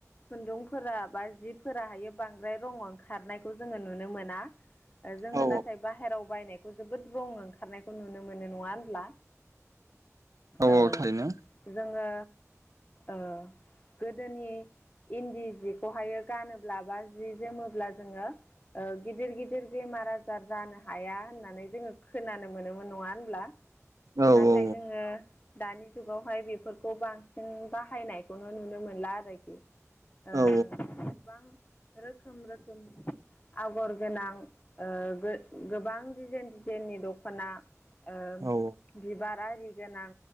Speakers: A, on the left (about 30°); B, on the right (about 85°).
A: खुन्दुंफोरा बा जि फोराहायो बांद्राय रं ओंखारनायखौ जोङो नुनो मोना। जोङो
B: औ
A: नाथाय बाहेरायाव बायनायखौ जोबोद रं ओंखारनायखौ नुनो मोनो। नङा होनब्ला?
B: औ
A: ओ
B: औ थारैनो
A: जोङो ओ गोदोनि इन्दि जिखौहायो गानोब्ला बा जि जोमोब्ला जोङो ओ गिदिर गिदिर बेमार आजार जानो हाया होननानै जोङो खोनानो मोनोमोन। नङा होनब्ला?
B: औ
A: नाथाय
B: औ
A: जोङो दानि जुगावहाय बेफोरखौ बांसिन बाहायनायखौनो नुनो मोनला आरोखि। ओ
B: औ
A: गोबां रोखोम रोखोम आगर गोनां ओ गोबां डिजाइन डिजाइननि दख'ना ओ
B: औ
A: बिबार आरि गोनां